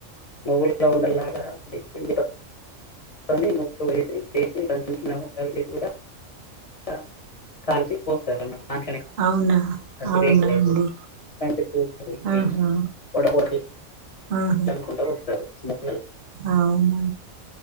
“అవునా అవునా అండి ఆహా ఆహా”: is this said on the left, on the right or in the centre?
Right